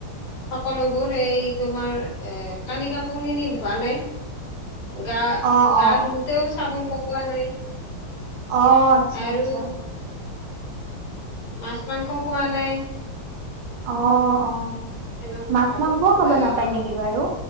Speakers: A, on the left; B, on the right.
A: সকলোবোৰ, এই তোমাৰ কানি কাপোৰ খিনি ধোৱা নাই গা,
B: অ
A: গা
B: অ
A: ধুওতেও চাবোন লগোৱা নাই।
B: অ', ' আচ্ছা
A: আৰু
B: আচ্ছা।
A: মাছ মাংস খোৱা নাই।
B: অ', অ',
A: এনেকুৱা
B: মাছ
A: আৰু
B: মাংসও খাব
A: এ
B: নাপায়
A: অলপ
B: নেকি বাৰু?